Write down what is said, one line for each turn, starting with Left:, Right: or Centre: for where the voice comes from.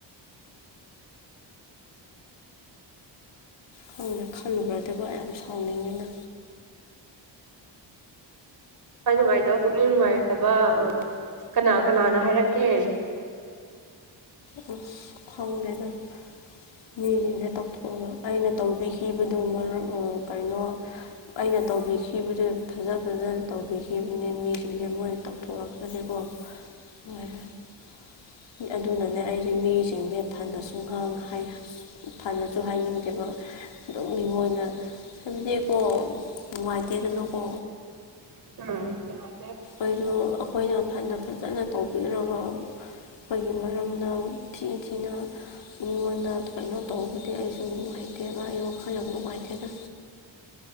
Left: ꯈꯪꯗꯦ ꯈꯜꯂꯨꯕꯗꯀꯣ ꯌꯥꯝ ꯁꯥꯎꯅꯤꯡꯉꯦꯗ
Right: ꯊꯋꯥꯏ ꯅꯨꯡꯉꯥꯏꯇꯕ ꯄꯨꯛꯅꯤꯡ ꯅꯨꯡꯉꯥꯏꯇꯕ ꯀꯅꯥ ꯀꯅꯥꯅ ꯍꯥꯏꯔꯛꯀꯦ
Left: ꯑꯣ ꯍꯪꯒꯦꯅꯪ <unintelligible> ꯃꯤꯖꯤꯡꯖꯦ ꯇꯧꯊꯣꯛꯑꯒ ꯑꯩꯅ ꯇꯧꯕꯤꯈꯤꯕꯗꯨ ꯃꯔ ꯑ ꯀꯩꯅꯣ ꯑꯩꯅ ꯇꯧꯕꯤꯈꯤꯕꯗꯨ ꯐꯖ ꯐꯖꯅ ꯇꯧꯕꯤꯈꯤꯕꯅꯦ ꯃꯤꯁꯤꯡꯁꯦ ꯃꯣꯏ ꯇꯧꯊꯣꯔꯛꯄꯗꯤꯀꯣ ꯃꯔ <inaudible> ꯑꯗꯨꯅꯅꯦ ꯑꯩꯖꯦ ꯃꯤꯁꯤꯡꯖꯦ ꯐꯅꯁꯨ ꯉꯥꯡ ꯍꯥꯏ ꯐꯅꯁꯨ ꯍꯥꯏꯅꯤꯡꯗꯦꯕ ꯑꯗꯨꯝ ꯃꯤꯉꯣꯟꯗ ꯍꯥꯏꯕꯗꯤꯀꯣ ꯅꯨꯡꯉꯥꯏꯇꯦꯗꯅꯀꯣ
Right: ꯑ <inaudible>
Left: ꯑꯩꯈꯣꯏꯁꯨ ꯑꯩꯈꯣꯏꯅ ꯐꯅ ꯐꯖꯅ ꯇꯧꯕꯤꯔꯒ ꯑꯗꯨꯒꯤ ꯃꯔꯝꯅ ꯊꯤ ꯊꯤꯅ ꯃꯤꯉꯣꯟꯗ ꯀꯩꯅꯣ ꯇꯧꯕꯗꯤ ꯑꯩꯁꯨ ꯅꯨꯡꯉꯥꯏꯇꯦꯅ ꯑꯩ ꯋꯥꯈꯜ ꯌꯥꯝ ꯅꯨꯡꯉꯥꯏꯇꯦꯅ